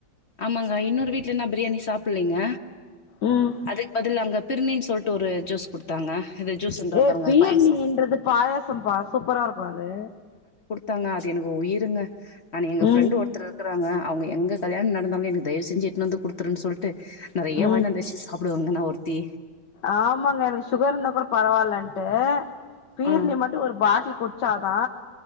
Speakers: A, on the left (about 40°); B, on the left (about 65°).
A: ஆமாங்க இன்னோரு வீட்ல இன்னு பிரியாணி சாப்பிட்லீங்க
B: ம்
A: அதுக் பதில் அங்க பிருணி சொல்ட்டு ஒரு ஜூஸ் குடுத்தாங்க இது ஜூஸ்ன்ற
B: ஏ
A: பாருங்க
B: பீர்ணீன்றது
A: பாயாசம்.
B: பாயசம்ப்பா சூப்பரா இருக்கு அது
A: தாங்க அது எனக்கு உயிருங் ஆனா எங்க
B: ம்
A: ஃப்ரெண்டு் ஒருத்தர் இருக்கறாங்க அவங்க எங்க கல்யாண் நடந்தாலுமே எனக்கு தயவு செஞ்சு எடுத்துனு வந்து குடுத்துருன் சொல்ட்டு நெறைய
B: ம்
A: வாங்கினு வந்து வச்சு சாப்டுவாங்க நா ஒருத்தி
B: ஆமாங்க எனக்கு சுகர் இருந்தா கூட பரவால் லன்ட்டு பீர்ணி
A: ஆ
B: மட்டு ஒரு பாட்டில் குட்ச்சா தா